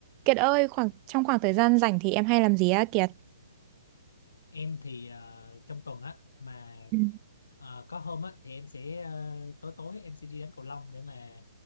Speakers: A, on the right; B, on the left.
A: Kiệt ơi, khoảng trong khoảng thời gian rảnh thì em hay làm gì á Kiệt?
B: em thì ờ, trong tuần á mà
A: Ừ.
B: ờ, có hôm á thì em sẽ ờ, tối tối em sẽ đi đánh cầu lông để mà